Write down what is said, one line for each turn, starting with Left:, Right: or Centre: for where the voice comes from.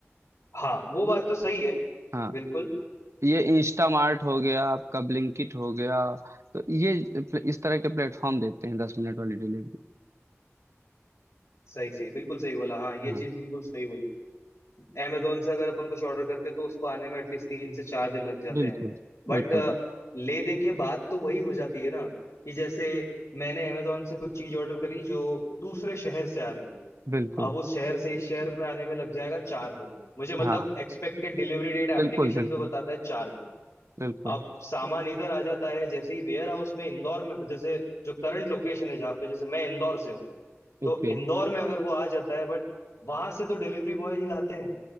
Left: हाँ वो बात तो सही है
Right: हाँ
Left: बिल्कुल
Right: ये इंस्टामार्ट हो गया आपका ब्लिंकिट हो गया तो ये इस तरह के प्लेटफॉर्म देते हैं दस मिनट वाली डिलीवरी
Left: सही सही बिल्कुल सही बोला हाँ
Right: हाँ
Left: ये चीज बिल्कुल सही बोली अमेजोन से अगर अपन कुछ ऑर्डर करते तो उसको आने में एटलीस्ट तीन से चार दिन लग जाते
Right: बिल्कुल
Left: हैं बट
Right: बिल्कुल बिल्कुल
Left: ले दे के बात तो वही हो जाती है ना कि जैसे मैंने अमेजोन से कुछ चीज ऑर्डर करी जो दूसरे शहर से आ रही है
Right: बिल्कुल
Left: अब उस शहर से इस शहर में आने में लग जाएगा चार दिन मुझे मतलब
Right: हाँ
Left: एक्सपेक्टेड डिलीवरी डेट एप्लीकेशन
Right: बिल्कुल बिल्कुल
Left: पे बताता है चार दिन
Right: बिल्कुल
Left: अब सामान इधर आ जाता है जैसे ही वेयर हाउस में इंदौर में जैसे जो करंट लोकेशन है जहाँ पे जैसे मैं इंदौर से हूँ तो
Right: ओके
Left: इंदौर में अगर वो आ जाता है बट वहां से तो डिलीवरी बॉय ही लाते हैं